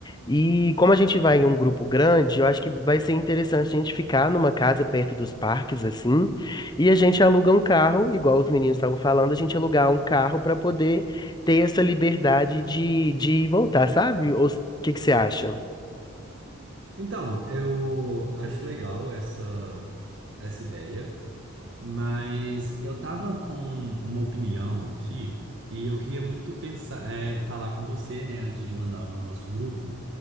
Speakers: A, on the left; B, on the right.
A: E como a gente vai em um grupo grande, eu acho que vai ser interessante a gente ficar numa casa perto dos parques, assim, e a gente aluga um carro, igual os meninos estavam falando, a gente alugar um carro para poder ter essa liberdade de, de voltar, sabe? O que que você acha?
B: Então, eu acho legal essa, essa ideia, mas eu tava com uma opinião aqui e eu queria muito pensar, é, falar com você, né, antes de mandar no nosso grupo.